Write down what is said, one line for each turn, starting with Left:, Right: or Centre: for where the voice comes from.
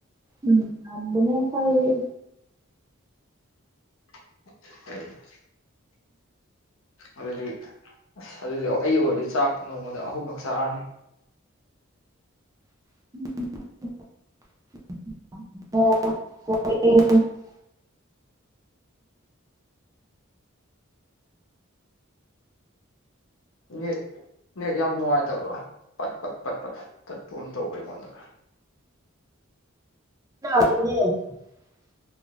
Right: ꯎꯝ ꯑꯗꯅ ꯀꯔꯤ
Left: <inaudible> ꯑꯗꯨꯗꯤ ꯑꯁ ꯑꯗꯨꯗꯤ ꯑꯩ ꯑꯣꯏꯔꯗꯤ ꯆꯥꯛ ꯅꯣꯡꯃꯗ ꯑꯍꯨꯝꯃꯛ ꯂꯛ ꯆꯥꯔꯅꯤ
Right: <inaudible> ꯑꯣ ꯑꯣ <inaudible> <inaudible>
Left: ꯅꯦꯠ ꯅꯦꯠ ꯌꯥꯝ ꯅꯨꯡꯉꯥꯏꯇꯕ꯭ꯔꯣ ꯄꯠ ꯄꯠ ꯄꯠ ꯄꯠ ꯇꯠꯄꯥꯒꯨꯝ ꯇꯧꯑꯦ ꯑꯩꯉꯣꯟꯗ
Right: <unintelligible>